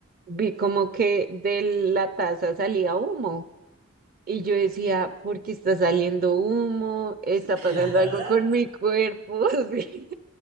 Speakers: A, on the right; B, on the right.
A: vi como que de la taza salía humo. Y yo decía, ¿por qué está saliendo humo? ¿Está
B: <laughs>
A: pasando
B: ¿De la taza?
A: algo con mi cuerpo? <laughs> Sí.